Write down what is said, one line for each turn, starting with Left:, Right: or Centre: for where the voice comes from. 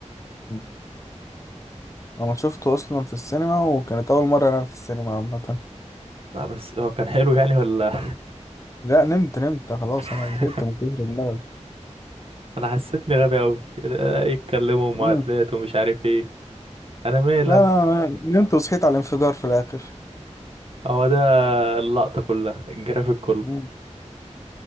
Left: مم. انا شفته اصلا في السينما وكانت اول مره انام في السينما عامه
Right: لا بس هو كان حلو يعني ولا
Left: لا نمت نمت خلاص
Right: <laughs>
Left: انا زهقت من كتر الملل
Right: انا حسيتني غبي اوي يتكلموا معادلات
Left: مم.
Right: ومش عارف ايه انا مال
Left: لا
Right: انا
Left: لا لا، نمت وصحيت على الانفجار في الاخر
Right: هو ده اللقطة كلها الجرافيك كله
Left: مم.